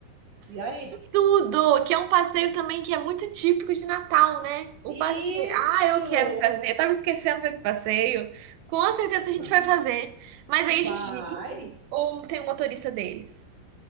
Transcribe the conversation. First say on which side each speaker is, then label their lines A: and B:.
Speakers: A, on the right (about 60°); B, on the right (about 75°).
A: E aí?
B: Tudo! Que é um passeio também que é muito típico de Natal, né? O
A: Isso!
B: passeio. Ah, eu quero fazer. Eu tava esquecendo desse passeio. Com certeza a gente
A: Não.
B: vai fazer. Mas aí
A: Vai.
B: a gente dirige ou tem um motorista deles?